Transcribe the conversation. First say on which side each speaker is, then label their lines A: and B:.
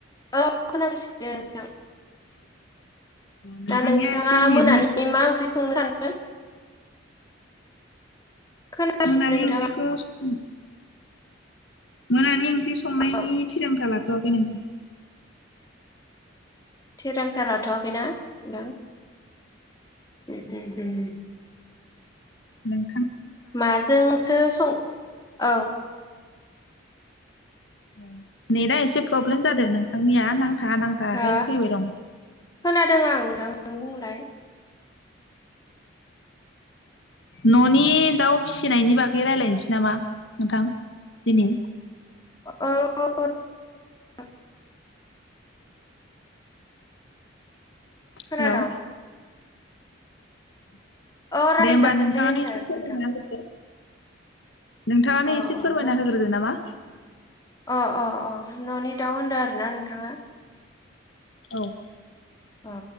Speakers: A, on the left; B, on the left.
A: औ खोनागासिनो नोंथां
B: नोंथांनिया
A: दा नोंथाङा
B: एसे नेटनि
A: मोनानि मा ओंख्रि संनो सानदों <inaudible> खोनागासिनो
B: मोनानि
A: नोंथाङा
B: ओंख्रिखौ सं मोनानि ओं ओंख्रि संनायनि
A: औ
B: थिरांथा लाथ'आखै <unintelligible>
A: थिरांथा लाथ'वाखैना नोंथां उम उम उम
B: नों
A: नाजोंसो सं औ
B: अ नेटआ एसे प्रब्लेम जादों नोंथांनिया नां नांथा नांथाहाय
A: हो
B: फैबाय दं
A: खोनादों आं नोंथां नों बुंलाय
B: न'नि दाउ फिसिनायनि बागै रायलायनोसै नामा नोंथां दिनै
A: औ <unintelligible> खोनादों
B: हेल' <inaudible>
A: औ रायलायजागोन
B: दे होमबा नोंथाङानो
A: दे होनदो
B: एसे फोरमायना
A: नोंथां
B: होग्रोदो नोंथाङानो
A: अ
B: एसे
A: अ
B: फोरमायना
A: न
B: होग्रोदो नामा
A: अ अ अ न'नि दाउ होनदों आरोना नोंथाङा
B: औ
A: अ